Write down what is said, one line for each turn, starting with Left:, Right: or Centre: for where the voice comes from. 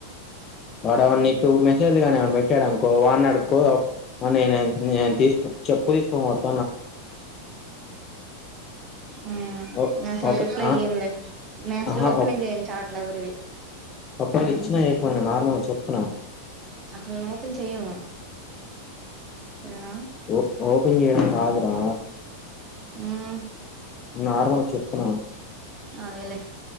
Left: వాడవ నీకు మెసేజ్లు గని ఎమన్ పెట్టాడ అనుకో వాడినే అడుకో న న చెప్పు తీసుకోన్ కొడ్
Right: మ్మ్
Left: ఓ
Right: నే అసలు
Left: ఓకే.
Right: రిప్లై
Left: ఆ!
Right: ఇయ్యానులే నేన్ అసలు
Left: అహా!
Right: ఓపెనే చేయయను చాట్ల ఎవరివి
Left: వాళ్ళు ఇచ్చినా ఏకమైైన నార్మల్ చెప్తున్నా
Right: అసలు నేను ఓపెన్ చేయను సరేనా
Left: ఓ ఓపెన్ చేయడం కాదురా.
Right: మ్మ్
Left: నార్మల్ చెప్తున్నా
Right: అవేలే